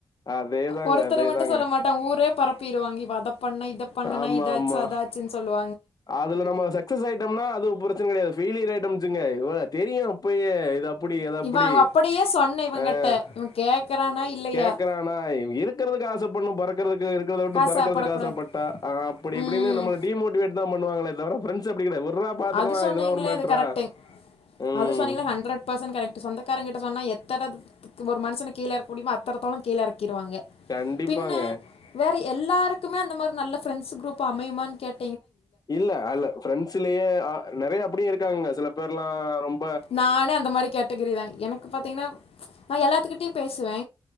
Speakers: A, on the left (about 40°); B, on the left (about 80°).
A: அதேதாங்க
B: ஒருத்தர
A: அதேதாங்க
B: மட்டு சொல்ல மாட்டே ஊரே பரப்பிருவாங்க இ அத பண்ண இத பண்ணுன
A: ஆமா
B: இத
A: ஆமா
B: சோ அதாச்சுனு சொல்லுவா
A: அதுல நம்ம சக்சஸ் ஆயிட்டோம்னா அது பிரச்சன கெடையாது ஃபெய்லியர் அயிட்டோம் வச்சுகங்க அ தெரியு அப்பயே இது இப்டி எது அப்டி
B: இவன் அவங்க அப்படியே
A: ச்
B: சொன்னேன் இவங்கிட்ட
A: அஹ்
B: இவன் கேக்குறானா இல்லையா
A: கேக்றானா இருக்கிறத து ஆசைப்படணு பறக்கறதுக்கு இருக்கறத விட்டு
B: காசு
A: பறக்கறதுக்கு
B: சாப்பிடக்கூடாது
A: ஆசப்பட்டா அப்டி இப்டின்னு
B: ம்
A: நம்மள டிமோட்டிவேட் பண்ணுவாங்களே தவிர ஃப்ரண்டஸ் அப்டி கெடையாது விட்ரா பாத்துக்கலாம்
B: அது சொன்னீங்களே
A: இதுலா ஒரு மேட்ரா
B: அது கரெக்ட்டு
A: ம்.
B: அது சொன்னீங்கனா ஹண்றடு ஃபர்சன்ட் கரெக்ட் சொந்தக்காரங்க கிட்ட சொன்னா எத்த ஒரு மனுஷன கீழறக்க முடியுமா அத்தனதோலோ கீழ இறக்கிடுவாங்க
A: கண்டிப்பாங்க.
B: பின்ன வேற எ எல்லாருக்குமே அந்த மாரி நல்ல ஃப்ரண்ட்ஸ் குரூப் அமையுமான்னு கேட்
A: இல்ல அல்ல ஃப்ரெண்ட்ஸ்லேயே நெறைய அப்டியே இருக்காங்க சில பேர்லா ரொம்
B: நானே அந்த மாரி கேட்டகிரி தாங்க எனக்கு பாத்தீங்கன்னா நா எல்லாத்துக்கிட்டயு பேசுவே